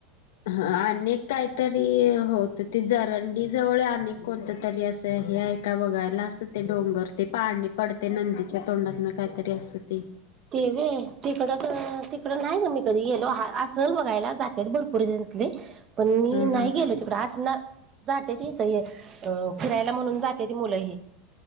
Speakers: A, on the left (about 80°); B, on the right (about 25°).
A: हा अक काय तरी होत ते जरंडी जवळ अनेक कोणतं तरी असं हे आहे का बघायला असं ते ते डोंगर ते पाहणी पडते नंदीच्या तोंडात ना काहीतरी असं ते
B: तेवे तिकड तिकड नाही ग मी कधी गेलो असल बघायला जातेत भरपूर पर् जले पण मी
A: हा हा
B: नाही गेलो तिकड असणार जाते त इथ हे अं फिरायला म्हणून जाते ती मुलं ह